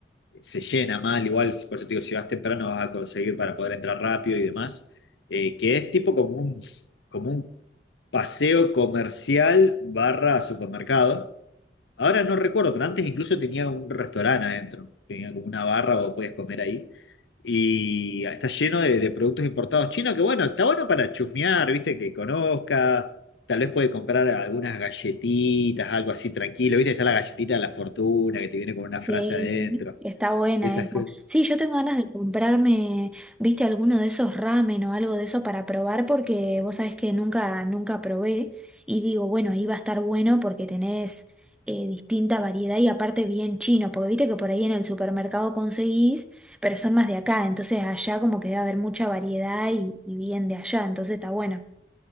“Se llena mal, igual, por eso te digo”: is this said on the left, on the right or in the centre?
Left